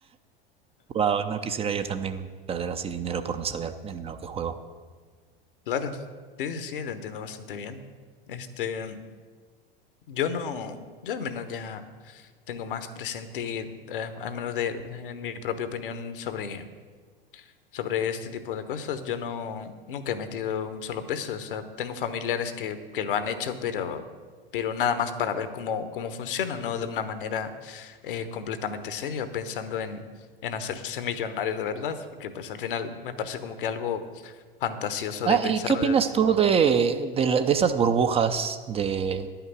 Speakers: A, on the right (about 20°); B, on the left (about 60°).
A: Wow, no quisiera yo también perder así dinero por no saber en lo que juego.
B: claro. Sí, sí, sí, lo entiendo bastante bien. Este, yo no, yo al menos ya. tengo más presente, eh, al menos de, en mi propia opinión sobre, sobre este tipo de cosas. Yo no, nunca he metido un solo peso. O sea, tengo familiares que, que lo han hecho, pero, pero nada más para ver cómo, cómo funciona, no de una manera eh, completamente seria, pensando en, en hacerse millonario de verdad, porque pues al final me parece como que algo fantasioso
A: Ah,
B: de pensar,
A: ¿y qué opinas
B: eh, si
A: tú
B: no.
A: de, de, la- de esas burbujas de,